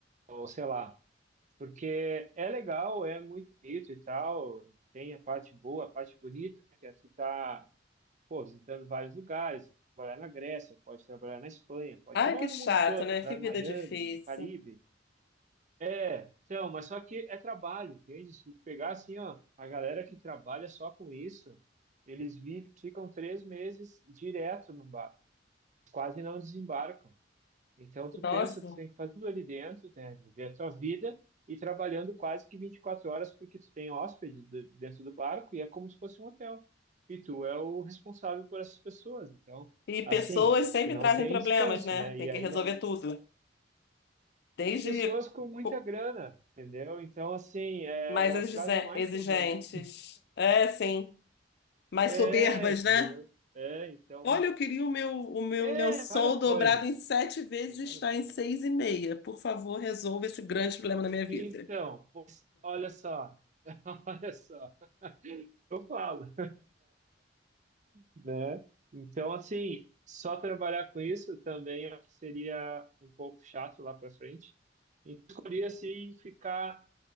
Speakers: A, on the right; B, on the left.
A: Ou sei lá. Porque é legal, é muito bonito e tal, tem a parte boa, a parte bonita, né? que é tu tá, pô, visitando vários lugares, trabalhar na Grécia, pode trabalhar na Espanha, pode
B: Ai,
A: trabalhar
B: que
A: no
B: chato,
A: mundo todo,
B: né?
A: trabalhar
B: Que vida
A: em Miami,
B: difícil.
A: no Caribe, é, então, mas só que é trabalho, entende? Se pegar assim, ó, a galera que trabalha só com isso, eles vivem, ficam três meses direto no barco, quase não desembarcam. Então, tu
B: Nossa.
A: pensa, tu tem que fazer tudo ali dentro, né? Viver a tua vida e trabalhando quase que 24 horas, porque tu tem hóspedes de- dentro do barco e é como se fosse um hotel. E tu é o responsável por essas pessoas. Então,
B: E pessoas
A: assim,
B: sempre
A: tu não
B: trazem
A: tem
B: problemas,
A: descanso,
B: né?
A: né?
B: Tem
A: E
B: que
A: aí,
B: resolver
A: na,
B: tudo. Desde
A: de pessoas com muita
B: co-
A: grana, entendeu? Então, assim, é,
B: mais
A: elas
B: exize-
A: trazem mais
B: exigentes.
A: problema.
B: É, sim. Mais
A: É,
B: soberbas,
A: entendeu?
B: né?
A: É, então,
B: Olha, eu queria o meu, o meu
A: é,
B: lençol
A: várias coisas.
B: dobrado em sete vezes,
A: Tem várias
B: está em
A: coisas.
B: seis e meia. Por favor, resolva esse grande problema na minha vida.
A: Então, pois, olha só, <laughs> olha só, eu falo, <laughs> né? Então, assim, só trabalhar com isso também acho que seria um pouco chato lá para frente. E escolhi, assim, ficar